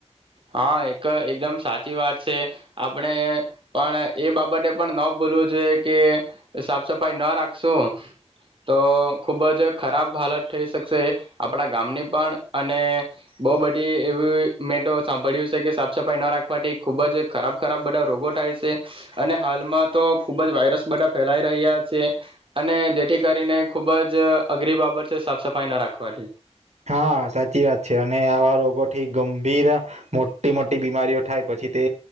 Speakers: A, on the right; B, on the right.
A: હા એક એકદમ સાચી વાત છે આપણે પણ એ બાબતે પણ ન ભૂલવું જોઈએ કે સાફ સફાઈ ન રાખશું તો ખુબ જ ખરાબ હાલત થઈ શકશે આપણા ગામની પણ અને બહુ બધી એવી મેો. સાંભળ્યું છે કે સાફ સફાઈ ના રાખવાથી ખુબ જ ખરાબ ખરાબ બધા રોગો થાય છે અને હાલમાં તો ખુબ જ વાયરસ બધા ફેલાઈ રહ્યા છે અને જેથી કરીને ખુબ જ અઘરી બાબત છે સાફ સફાઈ ના રાખવાથી.
B: હા સાચી વાત છે અને આવા રોગો થી ગંભીર મોટી મોટી બીમારીઓ થાય પછી તે